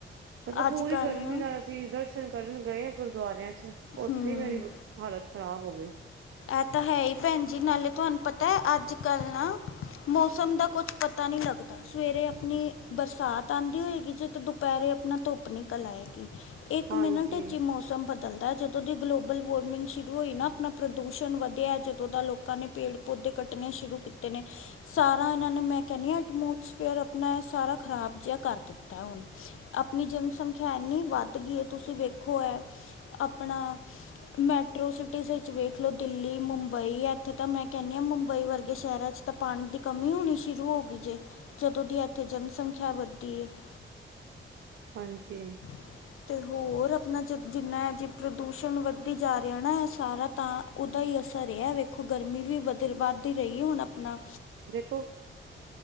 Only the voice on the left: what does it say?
ਅੱਜ
ਕੱਲ੍ਹ
ਨਾ
ਹੂੰ
ਇਹ ਤਾਂ ਹੈ ਹੀ ਭੈਣ ਜੀ, ਨਾਲੇ ਤੁਹਾਨੂੰ ਪਤਾ ਹੈ ਅੱਜ-ਕੱਲ ਨਾ। ਮੌਸਮ ਦਾ ਕੁਛ ਪਤਾ ਨਹੀਂ ਲੱਗਦਾ। ਸਵੇਰੇ ਆਪਣੀ, ਬਰਸਾਤ ਆਉਂਦੀ ਹੋਏਗੀ ਜੇ ਤੇ ਦੁਪਹਿਰੇ ਆਪਣਾ ਧੁੱਪ ਨਿਕਲ ਆਏਗੀ। ਇੱਕ
ਮਿੰਟ 'ਚ ਹੀ ਮੌਸਮ ਬਦਲਦਾ, ਜਦੋਂ ਦੀ ਗਲੋਬਲ ਵਾਰਮਿੰਗ ਸ਼ੁਰੂ ਹੋਈ ਨਾ ਆਪਣਾ। ਪ੍ਰਦੂਸ਼ਣ ਵਧਿਆ ਜਦੋਂ ਦਾ ਲੋਕਾਂ ਨੇ ਪੇੜ-ਪੌਦੇ ਕੱਟਣੇ ਸ਼ੁਰੂ ਕੀਤੇ ਨੇ। ਸਾਰਾ ਇਹਨਾਂ ਨੇ ਮੈਂ ਕਹਿਣੀ ਆ ਐਟਮੋਸਫੇਅਰ ਆਪਣਾ ਸਾਰਾ ਖ਼ਰਾਬ ਜਿਹਾ ਕਰ ਦਿੱਤਾ ਹੁਣ। ਆਪਣੀ ਜਨਸੰਖਿਆ ਇਨੀ ਵੱਧ ਗਈ ਹੈ ਤੁਸੀਂ ਵੇਖੋ ਐ, ਆਪਣਾ। ਮੈਟਰੋ ਸਿਟੀਜ਼ ਵਿੱਚ ਵੇਖ। ਦੇਖ ਲਓ ਦਿੱਲੀ ਮੁੰਬਈ ਇੱਥੇ ਤਾਂ ਮੈਂ ਕਹਿੰਦੀ ਹਾਂ ਮੁੰਬਈ ਵਰਗੇ ਸ਼ਹਿਰਾਂ 'ਚ ਤਾਂ ਪਾਣੀ ਦੀ। ਕਮੀ ਹੋਣੀ ਸ਼ੁਰੂ ਹੋ ਗਈ ਜੇ, ਜਦੋਂ ਦੀ ਇੱਥੇ ਜਨਸੰਖਿਆ ਵੱਧੀ ਏ। <inaudible>
<inaudible> ਤੇ ਹੋਰ ਆਪਣਾ ਜ ਜਿੰਨਾ ਜੇ ਪ੍ਰਦੂਸ਼ਣ ਵੱਧਦੀ ਜਾ ਰਿਹਾ ਨਾ ਸਾਰਾ ਤਾਂ। ਓਦਾ ਹੀ ਅਸਰ ਏ, ਵੇਖੋ ਗਰਮੀ ਵੀ ਵਧ ਵੱਧਦੀ ਰਹੀ ਹੁਣ ਆਪਣਾ।